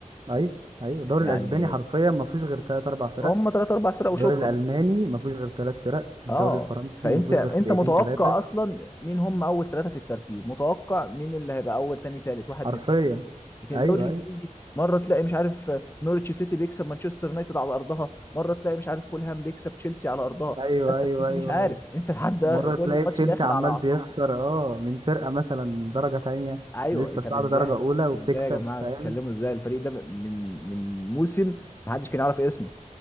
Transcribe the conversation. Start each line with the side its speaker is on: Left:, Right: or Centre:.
Right: أيوه أيوه الدوري
Left: يعني
Right: الأسباني حرفيا ما فيهوش غير تلات أربع فرق
Left: هم ثلاث اربع فرق
Right: الدوري
Left: وشكرا
Right: الألماني ما فيهوش غير تلات فرق الدوري
Left: اه
Right: الفرنسي
Left: فانت
Right: ما فيهوش
Left: انت
Right: غير فرقتين
Left: متوقع
Right: تلاتة
Left: اصلا مين هم اول ثلاثه في الترتيب متوقع مين اللي هيبقى اول تاني تالت واحد
Right: حرفيا
Left: من الثلاثه دول لكن
Right: أيوه
Left: الدوري الانجليزي
Right: أيوه
Left: مره تلاقي مش عارف نورتش سيتي بيكسب مانشستر يونايتد على ارضها مره تلاقي مش عارف فولهام بيكسب تشيلسي على ارضها
Right: أيوه
Left: فانت
Right: أيوه
Left: انت
Right: أيوه
Left: مش عارف انت لحد
Right: مرة
Left: <laughs>
Right: تلاقي
Left: كل
Right: تشيلسي
Left: ماتش داخل
Right: عمال
Left: على اعصابك
Right: بيخسر اه من فرقة مثلا درجة تانية
Left: ايوه
Right: لسه
Left: إيه، طب
Right: صاعدة
Left: ازاي
Right: درجة أولى وبتكسب
Left: ازاي يا جماعه
Right: فاهم
Left: بتتكلموا ازاي الفريق ده من من موسم ما حدش كان يعرف اسمه